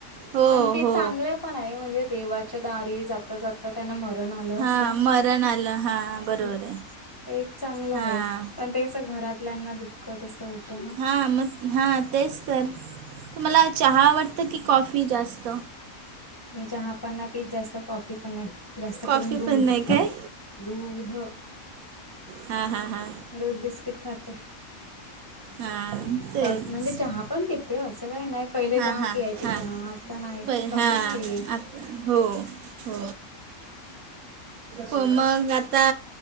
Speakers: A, on the right (about 80°); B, on the left (about 25°).
A: हो
B: पण ते
A: हो
B: चांगले पण आहे म्हणजे देवाच्या दारी जात ता जात त्यांना मरण आलं
A: हां
B: अस
A: मरण आलं हां बरोबर
B: हम्
A: आहे
B: एक चांगलं
A: हां
B: आहे पण ते कसं घरातल्यांना दुःख त अससं होतं ना,
A: हां मग हां तेच तर तुम्हाला चहा आवडतं की कॉफी जास्त
B: मी चहा पण नाही पीत जास्त कॉफी पण नाही. जास्त
A: कॉफी
B: करून दूध
A: पण नाही काय
B: दूध
A: हा हा हा
B: दूध बिस्किट खाते
A: हां तेच
B: म्हणजे चहा पण तिथे असं काही नाही पहिले
A: हां
B: जाम
A: हां
B: पियायची
A: हां
B: चहा आता नाही
A: पै
B: कमीच
A: हां
B: केली.
A: हो हो हो मग आता